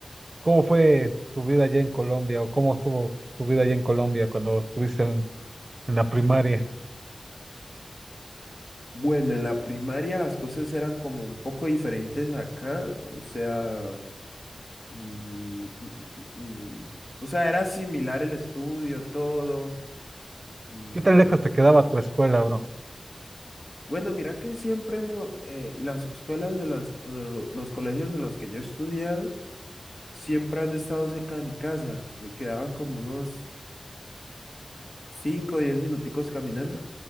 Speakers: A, on the right; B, on the left.
A: ¿cómo fue tu vida allá en Colombia o cómo estuvo tu vida allá en Colombia cuando estuviste en, en la primaria?
B: Bueno, en la primaria las cosas eran como un poco diferentes acá, o sea... Mm, mm, mm, mm. O sea, era similar el estudio, todo. Mm,
A: ¿Qué tan lejos te quedaba tu escuela, bro?
B: Bueno, mira que siempre hemos, eh, las escuelas de las, o lo- los colegios en los que yo he estudiado, siempre han estado cerca de mi casa. Me quedaban como unos 5, o 10 minuticos caminando.